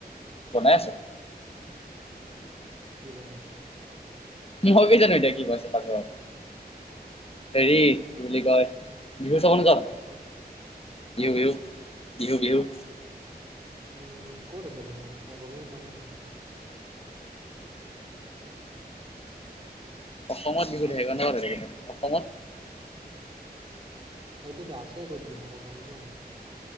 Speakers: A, on the left; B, on the right.
A: বনাই ছো
B: কি বনাইছে
A: ম কি জানো এতিয়া কি কৈছে <unintelligible> হেৰি
B: অ
A: কয় বিহু অন কৰ
B: ক
A: বিহু
B: হা হা
A: বিহু বিহু বিহু
B: উম ক'ত আছে বিহু মই গমেই পোৱা নাই দেখোন
A: অসমত বিহু
B: হা
A: এবছৰ হৈ থাকে অসমত
B: সেইটোতো আছে ক'ত বিহু মই গম পোৱা নাই